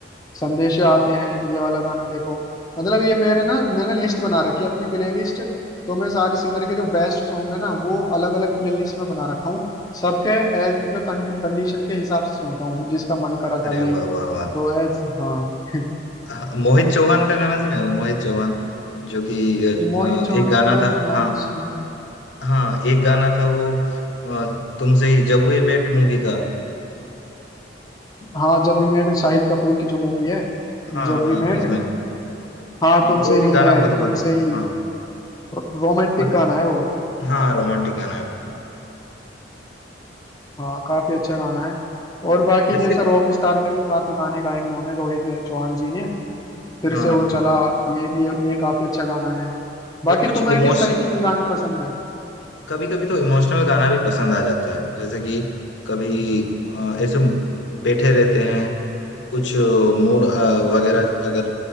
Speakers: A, on the left (about 20°); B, on the left (about 85°).
A: संदेश आते हैं ये वाला गाना देखो मतलब ये मेरे ना मैंने लिस्ट बना रखी है अपनी प्लेलिस्ट तो मैं सारे सिंगर के जो बेस्ट सॉन्ग है ना वो अलग अलग प्लेलिस्ट में बना रखा हूँ सबके ए, मतलब कंडीशन के हिसाब से सुनता हूँ जिसका मन करा
B: अरे
A: कभी
B: वाह वाह वाह
A: तो ऐस हाँ <laughs>
B: हाँ, मोहित चौहान का गाना सुना है वो मोहित चौहान जो कि अ,
A: मोहित चौहान
B: एक गाना
A: का
B: था
A: तो नाम
B: हाँ
A: सुन
B: हाँ एक गाना था वो अ, तुमसे ही जब वी मेट मूवी का
A: हाँ जब वी मेट शाहिद कपूर की जो मूवी है
B: हाँ
A: जब वी
B: हाँ
A: मेट
B: उसमें
A: हाँ
B: हाँ,
A: तुमसे
B: वो भी
A: ही
B: गाना
A: है
B: बहुत
A: तुमसे
B: पसंद
A: ही
B: है। हाँ
A: रोमांटिक
B: मत
A: गाना है वो
B: हाँ रोमांटिक गाना है वो।
A: हाँ काफी अच्छा गाना है और बाकी
B: वैसे
A: जैसे रॉक स्टार में भी काफी गाने गाए उन्होंने रोहित चौहान जी ने फिर
B: हाँ
A: से उड़
B: हाँ
A: चला ये ये ये काफी अच्छा गाना है बाकी
B: और कुछ
A: तुम्हें
B: इमोश
A: किस तरीके के गाने पसंद हैं
B: कभी कभी तो इमोशनल गाना भी पसंद आ जाता है जैसे कि कभी अ, ऐसे बैठे रहते हैं कुछ मूड वगैरह अगर